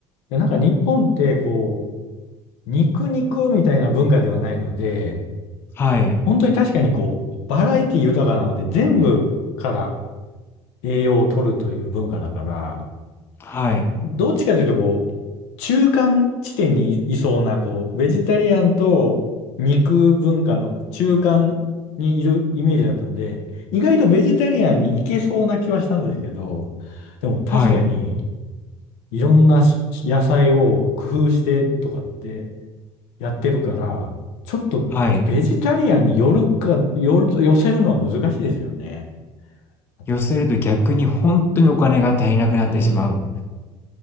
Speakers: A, on the left; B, on the left.
A: いやなんか日本って、こう、肉肉みたいな文化ではないので、
B: はい。
A: 本当に確かにこう、バラエティ豊かなので、全部から栄養を取るという文化だから、
B: はい。
A: どっちかというと、こう、中間地点にい、いそうな、こう、ベジタリアンと肉文化の中間にいるイメージだったんで、意外とベジタリアンに行けそうな気はしたんですけど、でも確かに、
B: はい。
A: いろんなし野菜を工夫してとかってやってるから、ちょっとベジタリアンに寄るか、
B: はい。
A: 寄る、寄せるのは難しいですよね。あと、
B: 寄せると逆にほんとにお金が足りなくなってしまう
A: うん。